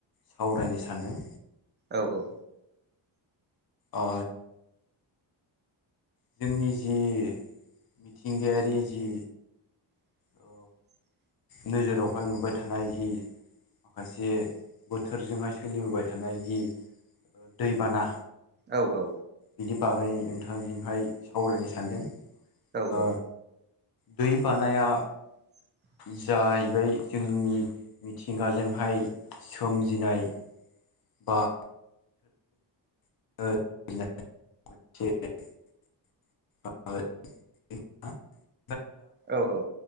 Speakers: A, on the left; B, on the right.
A: सावरायनो सानदों।
B: औ औ।
A: ओ जोंनि जि मिथिंगायारि जि
B: <unintelligible>
A: ओ नोजोरावहाय नुबाय थानाय जि माखासे बोथोरजोंहाय सोलिबोबाय थानाय जि दैबाना
B: औ औ।
A: बिनि बागै नोंथांजोंहाय सावरायनो सानदों
B: औ
A: ओ
B: औ।
A: दै बानाया
B: <unintelligible>
A: जाहैबाय जोंनि मिथिंगाजोंहाय सोमजिनाय बा <unintelligible> <unintelligible>
B: औ औ।